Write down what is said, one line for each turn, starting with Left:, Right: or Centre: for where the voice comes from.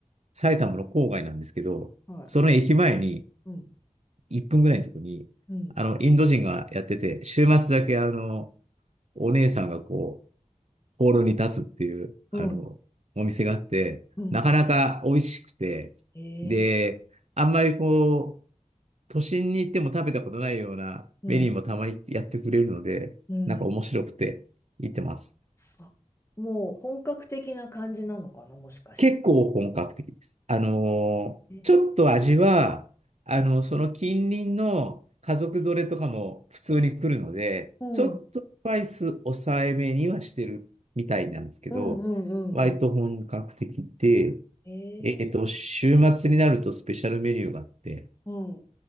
Right: 埼玉の郊外なんですけど、
Left: は
Right: その駅前に、
Left: い。うん、
Right: 1分ぐらいのとこに、
Left: うん、
Right: あの、インド人がやってて、週末だけあの、お姉さんがこう、ホールに立つっていう、
Left: うん、
Right: あの、お店があって、
Left: うんう
Right: なかなか美味しくて、
Left: んえ
Right: で、あんまりこう、都心に行っても食べたことないようなメニューもたまにやってくれるので、
Left: ー、うん、
Right: なんか面白くて、
Left: うん。
Right: 行ってます。
Left: あ、もう本格的な感じなのかな、もしかして。
Right: 結構本格的です。あのーちょっと味は、
Left: え
Right: あの、その近隣の家族連れとかも普通に来るので、
Left: うん、
Right: ちょっとスパイス抑えめにはしてるみたいなんですけど、
Left: うん、うん、うんうん
Right: 割と本格的で、
Left: えー、
Right: えっと、週末になるとスペシャルメニューがあって、
Left: うん。